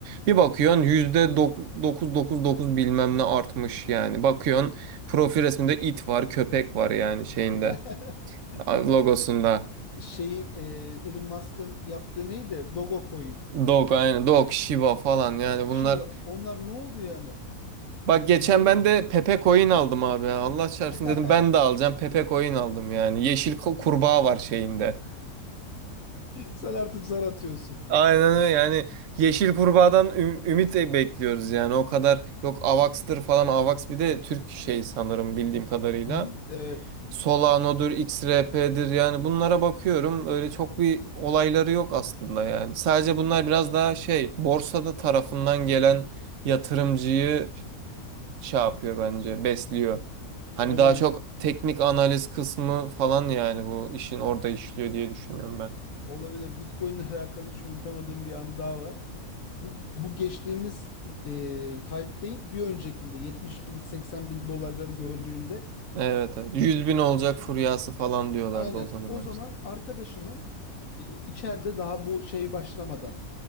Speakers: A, on the right; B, on the left.
A: Bir bakıyorsun %999 bilmem ne artmış yani. Bakıyorsun profil resminde it var köpek var yani şeyinde
B: <laughs>
A: logosunda.
B: Şeyin e, Elon Musk'ın yaptığı neydi? Dogecoin.
A: Dog aynen. Dog, Shiba falan yani
B: Shiba.
A: bunlar.
B: Onlar ne oldu yani?
A: Bak geçen
B: Benim
A: ben de Pepe Coin aldım abi. ya. Allah çarpsın
B: <laughs>
A: dedim ben de alacağım. Pepe Coin aldım yani. Yeşil ku- kurbağa var şeyinde.
B: Sen artık zar atıyorsun.
A: Aynen öyle yani. Yeşil kurbağadan üm- ümit e- bekliyoruz yani. O kadar yok Avax'tır falan. Avax bir de Türk şey sanırım bildiğim kadarıyla.
B: Hı hı. Evet,
A: Solano'dur, XRP'dir yani bunlara bakıyorum. Öyle çok bir olayları yok aslında yani. Sadece bunlar biraz daha şey borsada tarafından gelen yatırımcıyı şey yapıyor bence besliyor. Hani
B: olabilir.
A: daha çok teknik analiz kısmı falan yani bu işin orada işliyor diye düşünüyorum
B: O-
A: ben.
B: Olabilir. Bitcoin'le alakalı hiç unutamadığım bir anı daha var. Bu, bu geçtiğimiz e, hype değil, bir öncekinde 70 bin, 80 bin dolarları gördüğünde
A: Evet, evet. yüz bin olacak furyası falan diyorlardı
B: Aynen.
A: o zamanlar
B: O zaman
A: işte.
B: arkadaşımın e, içeride daha bu şey başlamadan